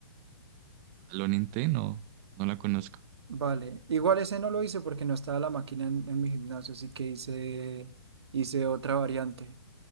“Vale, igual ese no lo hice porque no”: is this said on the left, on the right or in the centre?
Right